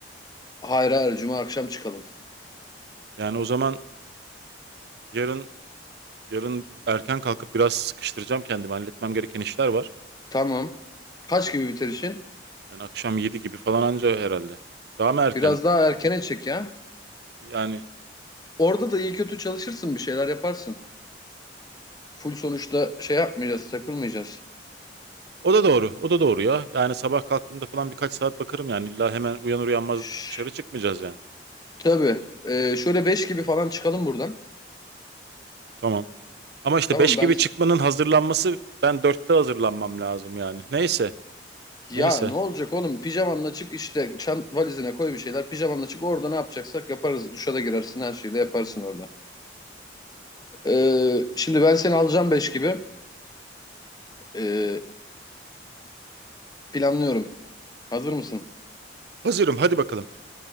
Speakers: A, on the left; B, on the right.
A: Hayır hayır cuma akşam çıkalım.
B: yani o zaman yarın yarın erken kalkıp biraz sıkıştıracağım kendimi. Halletmem gereken işler var.
A: Tamam. Kaç gibi biter işin?
B: Yani akşam 7 gibi falan anca herhalde. Daha mı erken?
A: Biraz daha erkene çek ya.
B: Yani
A: Orada da iyi kötü çalışırsın bir şeyler yaparsın. Full sonuçta şey yapmayacağız, takılmayacağız.
B: O da doğru. O da doğru ya. Yani sabah kalktığımda falan birkaç saat bakarım yani. İlla hemen uyanır uyanmaz
A: Şşş,
B: dışarı çıkmayacağız yani.
A: tabii. Ee, şöyle 5 gibi falan çıkalım buradan.
B: Tamam. Ama işte
A: Tamam
B: 5
A: ben
B: gibi çıkmanın hazırlanması ben dörtte hazırlanmam lazım yani. Neyse.
A: Ya
B: Neyse.
A: ne olacak oğlum? Pijamanla çık işte çant valizine koy bir şeyler. Pijamanla çık orada ne yapacaksak yaparız. Duşa da girersin her şeyi de yaparsın orada. Ee, şimdi ben seni alacağım 5 gibi. Ee, planlıyorum. Hazır mısın?
B: Hazırım hadi bakalım.